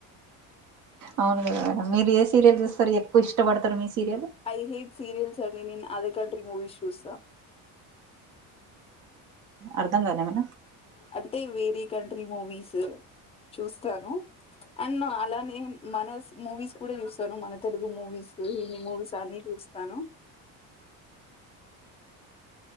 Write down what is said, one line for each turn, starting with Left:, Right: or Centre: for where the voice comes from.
Right: అవును గదా మేడం మీరు ఏ సీరియల్ జూస్తరు ఎక్కువ ఇష్టపడతారు మీ సీరియల్
Left: ఐ హేట్ సీరియల్స్ అవి విన అదే కంట్రీ మూవీస్ చూస్తాం
Right: అర్ధం కాలె మేం
Left: అంటే వేరే కంట్రీ మూవీస్ చూస్తాను అండ్ అలానే మనస్ మూవీస్ కూడా చూస్తాను మన తెలుగు మూవీస్ హిందీ మూవీస్ అన్ని చూస్తాను.